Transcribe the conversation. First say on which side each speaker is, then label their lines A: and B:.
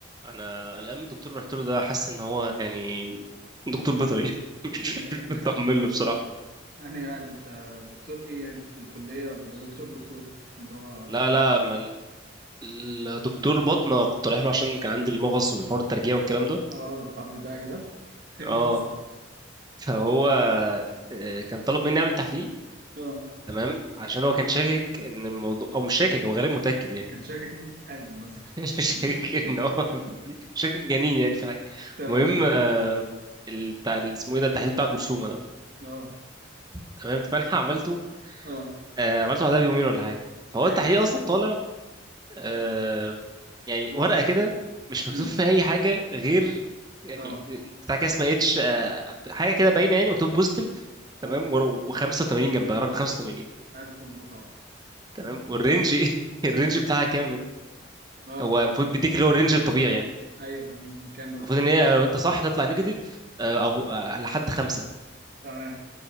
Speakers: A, on the right; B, on the right.
A: انا قلقان من الدكتور اللي رحت له ده حاسس ان هو يعني دكتور
B: مم.
A: بيطري <laughs> مش
B: اللي
A: مش مطمن له بصراحه
B: يعني هذا انت دكتور ايه يعني في الكلية ولا ده دكتور دكتور اللي هو طبيب
A: لا لا ما الدكتور بطنه كنت رايح له عشان كان عندي المغص والحوار الترجيع والكلام ده
B: اه الحوار بتاعك ده ايه
A: اه
B: اللي حصل؟
A: فهو آه، كان طلب مني اعمل تحليل
B: اه
A: تمام عشان هو كان شاكك ان الموضوع او مش شاكك هو غير متاكد يعني
B: كان شاكك ان انت حامل مثلا
A: <laughs> شاكك
B: <laughs>
A: ان هو في- شاكك جنين يعني في حاجه
B: تمام
A: المهم آه، التع- اسمه ايه ده التحليل بتاع الجرثومه ده
B: اه
A: تمام فانا <laughs> عملته
B: اه
A: آه، عملته بعدها بيومين ولا حاجه فهو
B: ايوه
A: التحليل اصلا طالع آه،
B: لا
A: يعني
B: امم
A: ورقه كده مش مكتوب
B: امم
A: فيها اي حاجه غير يعني
B: اه
A: بتاع كده اسمها اتش حاجه كده باينه يعني مكتوب بوزيتيف تمام
B: اه
A: و85 جنبها رقم 85
B: الف مبروك عمرو
A: تمام
B: <laughs>
A: والرينج <laughs> الرينج بتاعها كام من
B: اه
A: هو المفروض بيديك اللي هو الرينج الطبيعي يعني
B: ايوه تمام من كام بقى؟
A: المفروض ان هي لو انت صح تطلع نيجاتيف آه، او آه، لحد خمسة
B: تمام